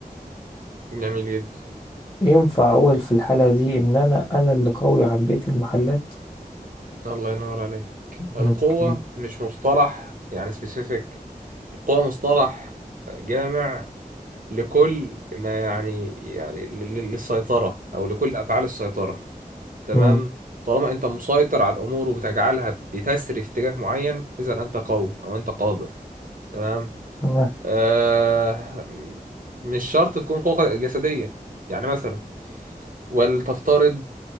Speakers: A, on the right; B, on the left.
A: جميل جدا
B: ينفع اقول في الحالة دي ان انا انا اللي قوي عن بقية المحلات
A: الله ينور عليك القوة
B: اوكي
A: مش مصطلح يعني سبيسيفيك القوة مصطلح جامع لكل ما يعني يعني لل- لل- للسيطرة أو لكل أفعال السيطرة تمام
B: امم
A: طالما أنت مسيطر على الأمور وبتجعلها بتسري في اتجاه معين إذا أنت قوي أو أنت قادر تمام
B: تمام
A: آه مش شرط تكون قوة جسدية يعني مثلا ولتفترض